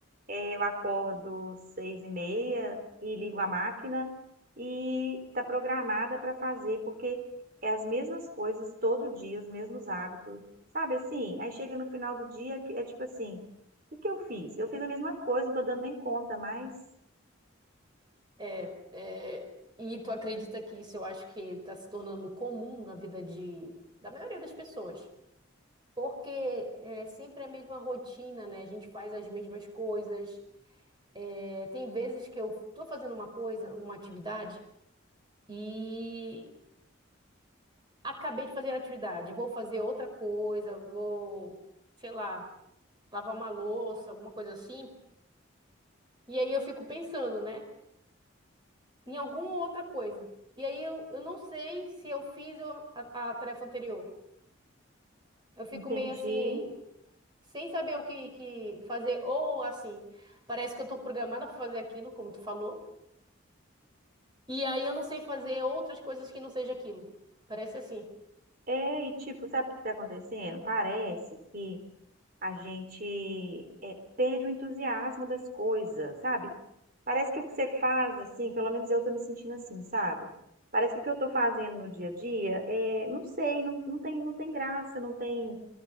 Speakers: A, on the right; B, on the right.
A: É, eu acordo seis e meia e ligo a máquina e está programada para fazer, porque é as mesmas coisas todo dia, os mesmos hábitos, sabe assim? Aí chega no final do dia, que é tipo assim, o que eu fiz? Eu fiz a mesma coisa, não tô dando nem conta mais.
B: É, é, e tu acredita que isso eu acho que está se tornando comum na vida de, da maioria das pessoas. Porque é sempre a mesma rotina, né? A gente faz as mesmas coisas. É, tem vezes que eu estou fazendo uma coisa, uma atividade, e acabei de fazer a atividade, vou fazer outra coisa, vou, sei lá, lavar uma louça, alguma coisa assim. E aí eu fico pensando, né, em alguma outra coisa. E aí eu, eu não sei se eu fiz o- a, a tarefa anterior. Eu fico
A: Entendi.
B: meio assim, sem saber o que, que fazer, ou assim, parece que eu estou programada para fazer aquilo, como tu falou. E aí eu não sei fazer outras coisas que não seja aquilo. Parece assim.
A: É, e tipo, sabe o que está acontecendo? Parece que a gente é, perde o entusiasmo das coisas, sabe? Parece que o que você faz, assim, pelo menos eu tô me sentindo assim, sabe? Parece que o que eu tô fazendo no dia a dia, é, não sei, não, não tem, não tem graça, não tem